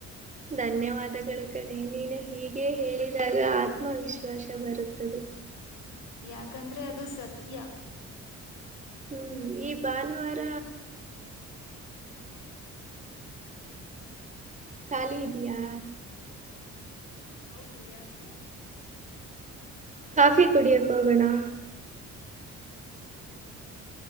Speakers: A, on the right (about 25°); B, on the left (about 85°).
A: ಧನ್ಯವಾದಗಳು ಕಣೆ ನೀನು ಹೀಗೆ ಹೇಳಿದಾಗ ಆತ್ಮವಿಶ್ವಾಸ ಬರುತ್ತದೆ
B: ಯಾಕಂದ್ರೆ ಅದು ಸತ್ಯ.
A: ಹ್ಮ್- ಈ -ಭಾನುವಾರ ಖಾಲಿ ಇದ್ದಿಯಾ.
B: ಹ್ಮ್ -ಹೌದು ಯಾಕೆ.
A: ಕಫಿ ಕುಡಿಯಕ್ಕೆ ಹೋಗಣಾ
B: ಹ